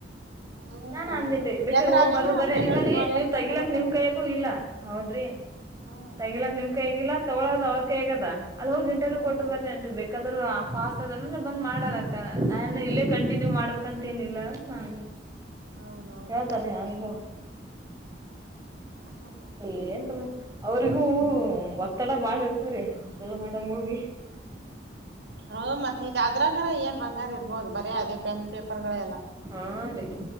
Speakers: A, on the right (about 75°); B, on the right (about 20°).
A: ಹ್ಮ್
B: ನಾನ್
A: ಹಂಗ
B: ಅಂದನ್ರಿ ಬೇಕ್ರ
A: ಎದ್ರಾಗನ
B: ಹೋಗ್ ಬರದ್ <unintelligible>
A: ಬೇರೆಯವ್ರ ತೋರಿ
B: ನೀವ್
A: ಅಂತ
B: ತೆಗಿಲಕ್
A: ನಿಂತ ಬಿಡ್ತಾರ
B: ನಿಮ್ ಕೈಯಗೂ ಇಲ್ಲ ಹೌದ್ರಿ
A: ಹ್ಮ್
B: ತಗಿಲಕ್ ನಿಮ್ ಕೈಯಗು ಇಲ್ಲ. ತಗೋಳೋದ ಅವ್ರ ಕೈಯಾಗೇ ಅದಾ ಅಲ್ಲಿ ಹೋಗ ಇಂಟರ್ವ್ಯೂ
A: ಹ್ಮ್
B: ಕೊಟ್ಟ ಬರ್ರಿ ಬೇಕಾ ಆದ್ರು ಪಾಸ್ ಆದಾರಂದ್ರ ಬಂದ್ ಮಾಡಾಲಕ್ಕ ನಾನು ಇಲ್ಲೇ ಕಂಟಿನ್ಯೂ ಮಾಡ್ಬೇಕಂತ ಏನ ಇಲ್ಲ <unintelligible>
A: ಹೌದೌದು
B: ಕೇಳ್ತಾರಿ
A: ಹ್ಮ್
B: ಅಂಗು.
A: ಹ್ಮು
B: <unintelligible> ಅವ್ರಿಗೂ ಒತ್ತಡ ಬಾಳ ಇರ್ತ್ರೀ ಹಾಸ್ಟೆಲ್ <unintelligible>
A: ಹೌ ಮತಿಗ್ ಅದ್ರಗರ ಏನ್ ಬಂಗ ಇದ್ರು ಇರ್ಬೋದು ಬರೀ ಅದೇ ಪೆನ್ ಪೇಪರ್ಗಳೆಲ್ಲ.
B: ಹಾ ರೀ